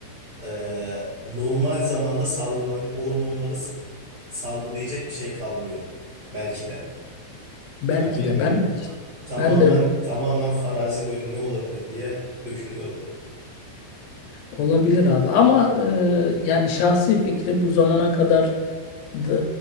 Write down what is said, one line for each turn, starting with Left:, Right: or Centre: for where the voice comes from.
Right: e, normal zamanda salgılan o hormonları s- salgılayacak bir şey kalmıyor belki de.
Left: Belki
Right: Ya bilmiyorum.
Left: de ben
Right: Tamamen
Left: ben de
Right: tamamen farazi böyle ne olabilir diye dökülüyorum.
Left: Olabilir abi ama e, yani şahsi fikri bu zamana kadar d- e,